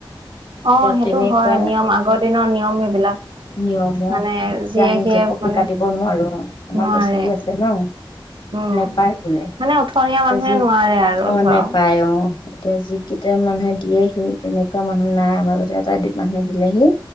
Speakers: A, on the left; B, on the right.
A: এতিয়া
B: অ সেইটো
A: তেনেকুৱা
B: হয় নিয়ম আগৰ দিনৰ নিয়ম সেইবিলাক
A: নিয়মক
B: মানে
A: এতিয়া
B: যিয়ে
A: আমি
B: সিয়ে
A: জপকে
B: মানে
A: কাটিব নোৱাৰো আমাৰ
B: নোৱাৰে
A: ল'ৰা ছোৱালী আছে ন
B: উম
A: নেপায় বোলে
B: মানে উঠনীয়া মানুহে
A: যি
B: নোৱাৰে আৰু
A: অ
B: ধৰক
A: নেপায় অঅঁ এতিয়া যিকেইটা মানুহে দিয়েহি তেনেকোৱা মানুহ নাই মাজতে এটা মানুহে দিলেহি